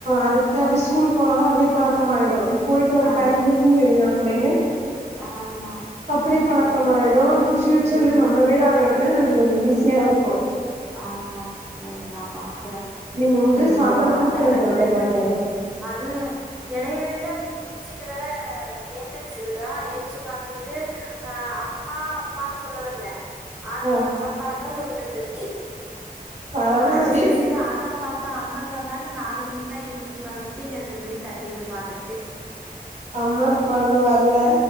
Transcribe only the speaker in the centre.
ஆ ஆ
ஆமா
கரெக்ட்டு
தா
ம்
ஆமாங் சிஸ்டர் நா பாக்குறே
உன்னுடைய
பார்த்தா
ஓட
நின்னுட்ருக்கு
அது எடையில இல்லம் சிட்டு வேற ஏந்திரிச்சிருதா ஏந்ச்சு உக்காந்துகிட்டு அ அம்மா அப்பான்னு சொல்ல வர்ல ஆத்தா
தாத்தான்னு தா சொல்லுது இப்பதைக்கி
அடிச்சு அடிச்சுகிட்டு ஆத்தா தாத்தா ஆத்தா தாத்தானு நாலு மணிக்கெல்லா ஏஞ்சு உக்காந்துகிட்டு எங்க ரெண்டு பேரையு தட்டிக்கிட்டு உக்காந்துருக்கு